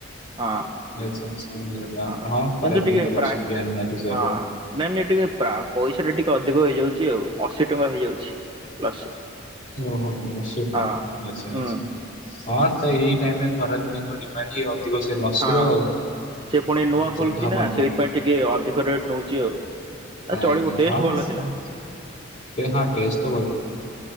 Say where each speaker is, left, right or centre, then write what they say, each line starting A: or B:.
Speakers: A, on the right; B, on the left.
A: ହଁ
B: ଆଚ୍ଛା ଆଚ୍ଛା ଆରେ ବାପରେ
A: ହଁ
B: ଖରାଦିନ
A: କିନ୍ତୁ ଟିକେ
B: ତ ଲସି
A: ପ୍ରାଇ
B: ପିଇବା ନିହାତି ଜରୁରୀ।
A: ହଁ। ନାଇଁ ନାଇଁ ଟିକେ ପ୍ରା ପଇସା ଟା ଟିକେ ଅଧିକ ହେଇଯାଉଛି ଆଉ ଅଶୀ ଟଙ୍କା ହେଇଯାଉଛି ଲସି।
B: ଓହୋ ଅଶି ଟଙ୍କା
A: ହଁ
B: ଲସି
A: ହୁଁ
B: ଅଶି ହଁ ସେ ଏଇ ଟାଇମ୍ ରେ ଖରା ଦିନେ ତ ଟି ତାର ଟିକେ ଅଧିକ ସେ ଲସିର
A: ହଁ
B: ଆଉ
A: ସେ ପୁଣି ନୂଆ
B: ଆ
A: ଖୋଲିଛି
B: ତ ହବନି
A: ନା ସେଇଥିପାଇଁ
B: କଣ।
A: ଟିକେ ଅଧିକ ରେଟ୍ ନଉଚି ଆଉ।
B: ଅଜ୍ଞା
A: ଚଳିବ ଟେଷ୍ଟ
B: ହଁ
A: ଭଲ
B: ସେ
A: ଥିଲା।
B: ଟେ ହଁ ଟେଷ୍ଟ ତ ଭଲ ଥିଲା।